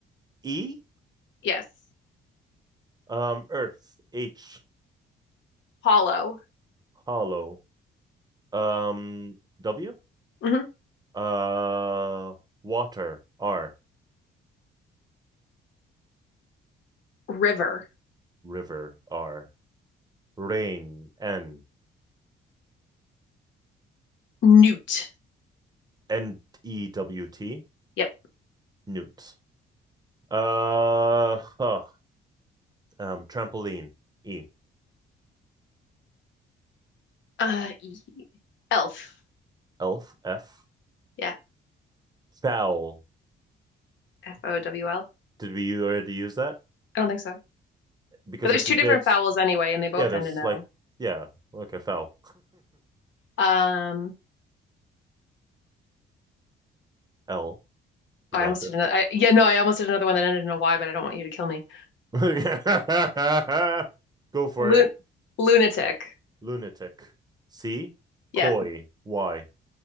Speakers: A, on the right; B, on the left.
A: E
B: Yes.
A: um Earth H
B: Hollow.
A: hollow um W
B: hmm
A: uh water R
B: River.
A: river R rain N
B: Newt.
A: N E W T
B: Yep.
A: newt uh huh, um trampoline E
B: Uh, e- elf.
A: elf F
B: Yeah.
A: foul
B: F O W L.
A: did we already use that
B: I don't think so.
A: because
B: But there's
A: if
B: two
A: we
B: different
A: did
B: vowels anyway, and they both
A: yeah there's
B: end in L.
A: like yeah okay foul
B: Um,
A: <laughs> L you
B: oh,
A: got
B: I almost
A: this
B: did another. I, yeah, no, I almost did another one that ended in a Y, but I don't want you to kill me.
A: <laughs> go for
B: Lun.
A: it
B: lunatic.
A: lunatic. C.
B: Yeah.
A: Coy. Y.